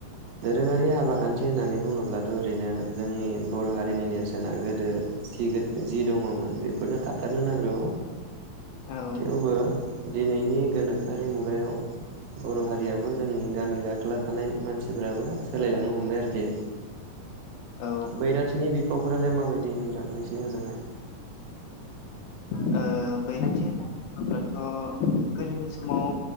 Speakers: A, on the right; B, on the left.
A: दोरोङारि हाबा खान्थि होननानै बुङोब्लाथ' ओरैनो जोंनि बर' हारिनि नेरसोनना गोदो जि दङमोन बेफोरनो थाथारनो नांगौ।
B: औ
A: थेवबो। दिनैनि गोनोखो। आखोरि मुगायाव बर' हारियाबो जोंनि गामि गाखोला थानाय मानसिफोराबो सोलायलांनो हमबाय आरोखि।
B: औ
A: <unintelligible> सिखावफोरालाय माबायदि नोंथां नोंसिनि हजोंहाय।
B: ओ बैराथि होननानै बुङोब्लाथ' गोदोनि समाव